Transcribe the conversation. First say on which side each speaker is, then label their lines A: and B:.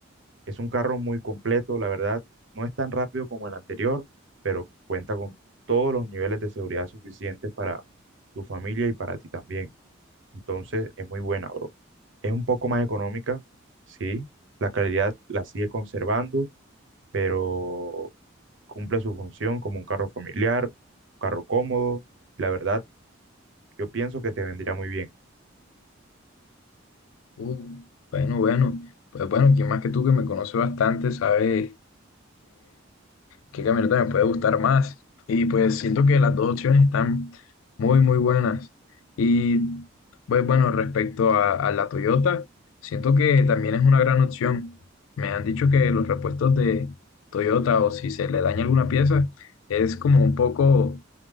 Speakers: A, on the right; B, on the left.
A: Es un carro muy completo, la verdad, no es tan rápido como el anterior, pero cuenta con todos los niveles de seguridad suficientes para tu familia y para ti también. Entonces es muy buena, bro. Es un poco más económica, sí, la calidad la sigue conservando, pero cumple su función como un carro familiar, un carro cómodo. La verdad, yo pienso que te vendría muy bien.
B: Uh, bueno, bueno, pues bueno, quien más que tú que me conoce bastante sabe qué camioneta me puede gustar más. Y pues siento que las dos opciones están muy, muy buenas. Y pues bueno, respecto a, a la Toyota, siento que también es una gran opción. Me han dicho que los repuestos de Toyota o si se le daña alguna pieza es como un poco